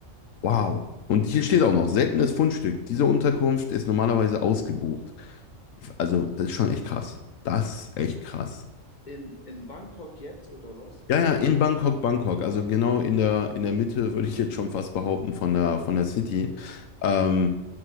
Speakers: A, on the left; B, on the left.
A: Wow. Und hier steht auch noch, seltenes Fundstück. Diese Unterkunft ist normalerweise ausgebucht. Also, das ist schon echt krass. Das ist echt krass.
B: In, in Bangkok jetzt, oder was?
A: Ja, ja, in Bangkok, Bangkok. Also genau in der, in der Mitte, würde ich jetzt schon fast behaupten, von der, von der City. Ähm,